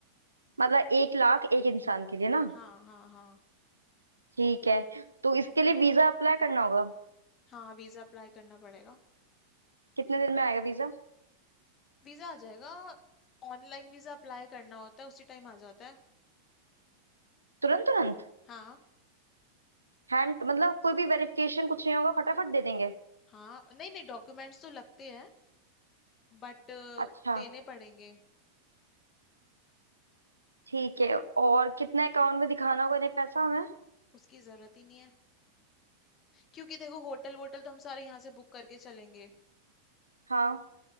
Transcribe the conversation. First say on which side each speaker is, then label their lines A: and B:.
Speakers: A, on the right; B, on the left.
A: मतलब एक लाख एक इंसान के लिए ना
B: हाँ हाँ हाँ
A: ठीक है तो इसके लिए वीजा अप्लाई करना होगा
B: हाँ वीजा अप्लाई करना पड़ेगा
A: कितने दिन में आएगा वीजा
B: वीजा आ जाएगा ऑनलाइन वीजा अप्लाई करना होता है उसी टाइम आ जाता है
A: तुरंत तुरंत
B: हाँ
A: हैंड मतलब कोई भी वेरिफिकेशन कुछ नहीं होगा फटाफट दे देंगे
B: हाँ नहीं नहीं डॉक्यूमेंट्स तो लगते हैं बट
A: अच्छा
B: देने पड़ेंगे
A: ठीक है और कितना अकाउंट में दिखाना होगा नहीं पैसा हमें
B: उसकी जरूरत ही नहीं है क्योंकि देखो होटल वोटल तो हम सारे यहाँ से बुक करके चलेंगे
A: हाँ